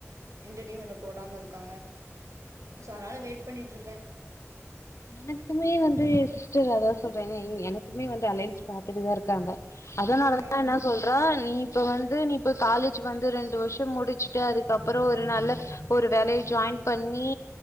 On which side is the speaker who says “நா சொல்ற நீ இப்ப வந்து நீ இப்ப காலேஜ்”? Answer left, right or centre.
Left